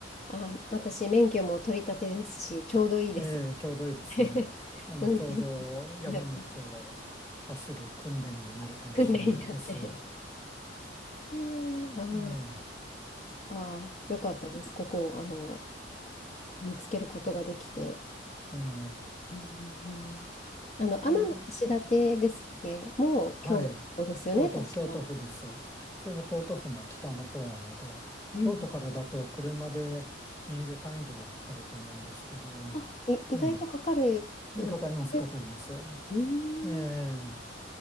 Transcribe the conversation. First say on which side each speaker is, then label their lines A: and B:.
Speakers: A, on the left; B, on the left.
A: あ、私、免許も取り立てですし、ちょうどいいです。
B: ええ、ちょうどいいですね。
A: <laughs>
B: あの、
A: 運転、
B: ちょうど山道を走る訓練になるかもしれないですし、
A: なんか訓練になって。えー、あー
B: ええ、
A: あー、よかったです。ここ、あの、見つけることができて。
B: ええ、
A: うんうんうんあの、天橋立ですっけもう京都ですよね、
B: いやはい。京都府、
A: 確か。
B: 京都府です。それも京都府の北の方で、
A: うん。
B: 京都からだと車で2時間以上はかかると思うんですけど、
A: あ、い、意外とかかるんですね。
B: うん、かかります、かかります。
A: うー
B: ええ
A: ん。